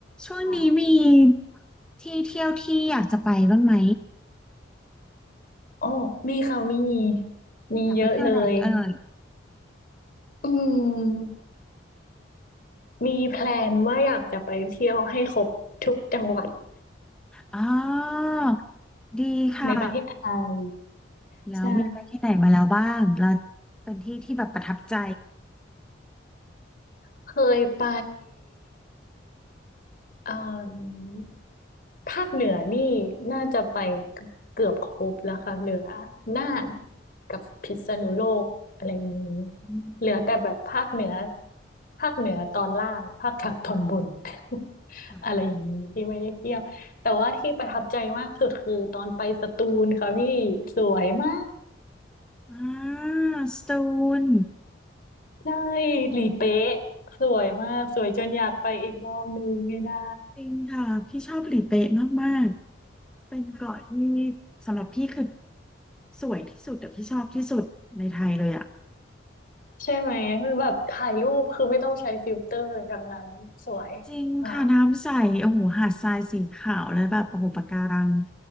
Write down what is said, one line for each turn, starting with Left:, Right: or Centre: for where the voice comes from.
Centre: ช่วงนี้มี
Left: อ๋อ
Centre: ที่เที่ยวที่อยากจะไปบ้างไหม
Left: โอ้มีค่ะมี มีเยอะเลย
Centre: อยากไปเที่ยวไหนเอ่ย
Left: อืม มีแพลนว่าอยากจะไปเที่ยวให้ครบทุกจังหวัด
Centre: อ๋อดีค่ะ
Left: ในประเทศไทย
Centre: แล้วมีไปที่ไหนมาแล้วบ้างแล้ว
Left: ใช่
Centre: เป็นที่ที่แบบประทับใจ
Left: เคยไป เอ่อภาคเหนือนี่น่าจะไปเกือบครบแล้วค่ะเหลือน่านกับพิษณุโลกอะไรนี้
Centre: อืม
Left: เหลือแต่แบบภาคเหนือภาคเหนือตอนล่างภาค <laughs> กลางตอนบน <laughs>
Centre: ค่ะ
Left: อะไรอย่างนี้ที่ไม่ได้เที่ยวแต่ว่าที่ประทับใจมากสุดคือตอนไปสตูลค่ะพี่สวยมาก
Centre: อ่าสตูล
Left: ใช่หลีเป๊ะสวยมากสวยจนอยากไปอีกรอบนึงให้ได้
Centre: จริงค่ะพี่ชอบหลีเป๊ะมากๆเป็นเกาะที่สำหรับพี่คือสวยที่สุดแต่พี่ชอบที่สุดในไทยเลยอ่ะ
Left: ใช่ไหมแบบถ่ายรูปคือไม่ต้องใช้ฟิลเตอร์อะไรทั้งนั้นสวยอ่า
Centre: จริงค่ะน้ำใสโอ้โหหาดทรายสีขาวแล้วแบบโอ้โหปะการัง